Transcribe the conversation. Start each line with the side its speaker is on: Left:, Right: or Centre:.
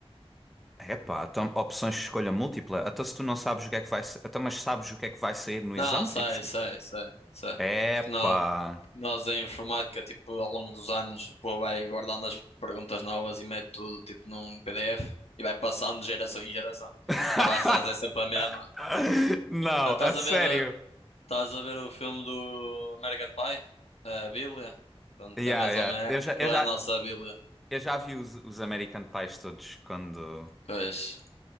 Centre: Epá, então opções de escolha múltipla. Até se tu não sabes o que é que vai, sa- até mas sabes o que é que vai sair no
Left: Não,
Centre: exame,
Left: sei,
Centre: tipo, esco-
Left: sei, sei, sei.
Centre: epá.
Left: Porque na, Nós em informática, tipo, ao longo dos anos, pô, vai guardando as perguntas novas e mete tudo, tipo, num PDF e vai passando de geração em geração.
Centre: <laughs>
Left: A base de dados é sempre a mesma.
Centre: <laughs> Não,
Left: Tá- Estás
Centre: a sério.
Left: a ver, eh, estás a ver o filme do American Pie? A Bíblia? Pronto,
Centre: Yeah,
Left: é mais
Centre: yeah.
Left: ou menos,
Centre: Eu já,
Left: aquilo
Centre: eu já,
Left: é a nossa Bíblia.
Centre: eu já vi os, os American Pies todos quando,
Left: Pois,